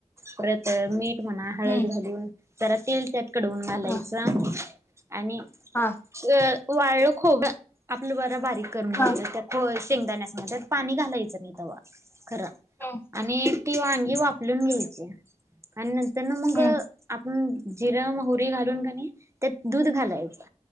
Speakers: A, on the right; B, on the left.
A: परत मीठ म्हणा,
B: हम्म
A: हळद घालून जरा तीळच्या कडवून घालायचं.
B: हा
A: आणि
B: हा
A: अ वाळं खोब आपलं ब बारीक करून घ्यायचं
B: हा
A: त्या खो शेंगदाण्यासंगत पाणी घालायचं नाही तेवा खर
B: हम्म
A: आणि ती वांगी वापर लुंन घ्यायची आणि नंतर नंऊन मग
B: हम्म
A: आप ह् जिरं -मोहरी घालून काणी त्यात दूध घालायचं.